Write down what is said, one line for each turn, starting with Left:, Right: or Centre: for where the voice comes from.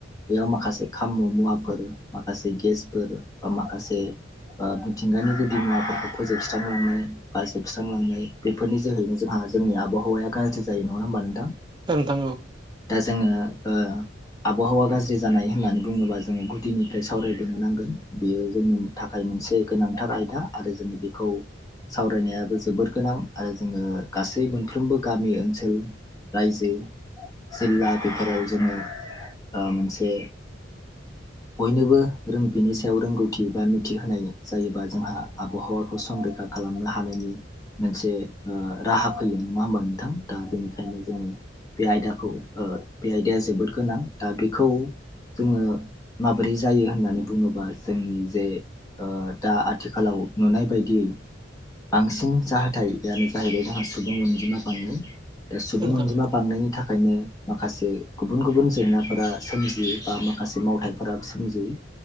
Left: बेयाव माखासे खाम' मुवाफोर माखासे गेसफोर बा माखासे मिथिंगानि गुदि मुवाफोरखौ फोजोबस्रांलांनाय बा जोबस्रांलांनाय बेफोरनि जोहैनो जोंहा जोंनि आबहावाया गाज्रि जायो नङा होमबा नोंथां।
Right: औ नोंथां औ।
Left: दा जोङो ओ आबहावा गाज्रि जानाय होननानै बुङोबा जोङो गुदिनिफ्राय सावराय सावरायनो नांगोन बेयो जोंनि थाखाय मोनसे गोनांथार आयदा आरो जोङो बेखौ सावरायनायाबो जोबोर गोनां आरो जोङो गासै मोनफ्रोमबो गामि ओनसोल रायजो जिल्ला बेफोराव जोङो ओ मोनसे बयनोबो रों बेनि सायाव रोंगौथि बा मिथिहोनाय जायोबा जोंहा आबहावाखौ संरैखा खालामनो हानायनि मोनसे राहा फैयो नङा होमबा नों थां? दा बेनिखायनो जोङो बे आयदाखौ ओ बे आयदाया जोबोद गोनां दा बेखौ जोङो माबोरै जायो होननानै बुङोबा जोंनि जे ओ दा आथिखालाव नुनाय बायदियै बांसिन जाहाथाय आनो जाहैबाय जोंहा सुबुं अनजिमा बांनाय दा सुबुं
Right: औ नोंथां
Left: अनजिमा बांनायनि था खायनो माखासे गुबुन गुबुन जेंनाफोरा सोमजियो बा माखासे मावथाइफोरा सोमजियो